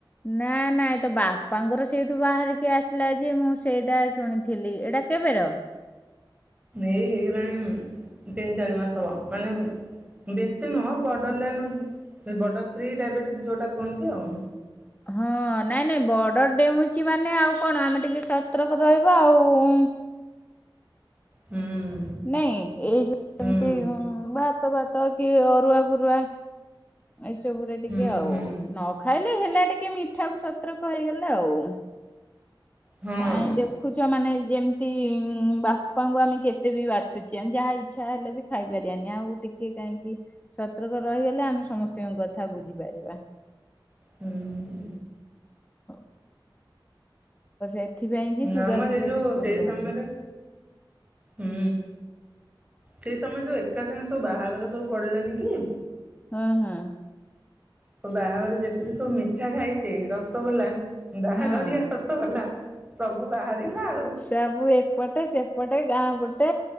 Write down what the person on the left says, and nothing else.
ନା ନା ଏ ତ ବାପାଙ୍କର ସେଇଠୁ ବାହାରିକି ଆସିଲା ଯେ ମୁଁ ସେଇଟା ଶୁଣିଥିଲି। ଏଟ ଟା କେବେର?
ହଁ ନାଇଁ ନାଇଁ ବର୍ଡର ଡେଉଁଚି ମାନେ ଆଉ କଣ ଆମେ ଟିକେ ସତ୍ରକ ରହିବା ଆଉ।
ନାଇଁ ଏଇ ଯୋଉ
ଏମତି ଭା ତ ଭାତ କି ଅରୁଆ ଫରୁଆ ଏଇସବୁରେ ଟିକିଏ
ଆଉ
ନ ଖାଇଲେ ହେଲା ଟି କେ ମିଠା କୁ ସତର୍କ ହେଇଗଲା ଆଉ
କାହିଁ ଦେଖୁଚ ମାନେ ଯେମିତି ବାପାଙ୍କୁ ଆମେ କେ ଏତେ ବି ବାଛୁଚେ ଆମେ ଯାହା ଇଛା ହେଲେ ବି ଖାଇପାରିବାନି ଆଉ ଟିକେ କାହିଁକି ସତର୍କ ରହିଗଲେ ଆମେ ସମସ୍ତିଙ୍କ କଥା ବୁଝିପାରିବା।
<unintelligible> ଏଥିପାଇଁ କି
ସୁଗାର
ଫି
ବିସ୍କୁଟ୍
ଧରଚୁ।
ହଁ ହଁ।
ହଁ
ସବୁ ଏପଟେ ସେପଟେ ଗାଁ ପଟେ